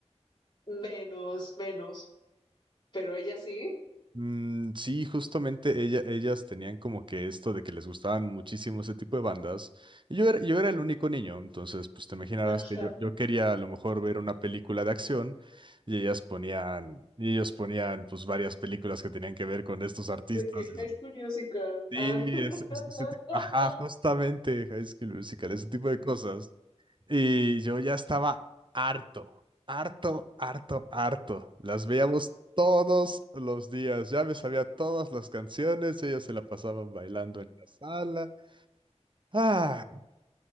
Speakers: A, on the left; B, on the right.
A: Menos, menos, pero ella sí.
B: Mm, sí, justamente ella, ellas tenían como que esto de que les gustaban muchísimo ese tipo de bandas. Y yo era, yo era el único niño, entonces pues te imaginarás
A: Ajá.
B: que yo, yo quería a lo mejor ver una película de acción y ellas ponían, y ellos ponían pues varias películas que tenían que ver con estos artistas.
A: De que High
B: y-
A: School Musical.
B: Sí,
A: Ah, no.
B: es, es- ese tipo, ajá, justamente
A: <laughs>
B: High School Musical, ese tipo de cosas. Y yo ya estaba harto, harto, harto, harto. Las veíamos todos los días. Ya me sabía todas las canciones. Ellas se la pasaban bailando en la sala. Ah,